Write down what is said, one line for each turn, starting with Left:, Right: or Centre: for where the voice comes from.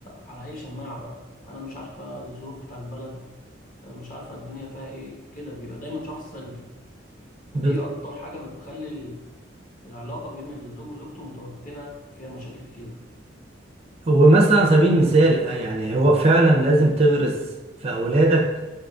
Left: على أي شماعة بقى أنا مش عارفة الظروف بتاع البلد آه، مش عارفة الدنيا فيها ايه كده بيبقى دايما شخص سلبي ودي
Right: بالظبط
Left: أكتر حاجة بتخلي ال- العلاقة بين الزوج وزوجته متوترة وفيها مشاكل كتيرة
Right: هو مثلا على سبيل المثال آه، يعني هو فعلا لازم تغرس في أولادك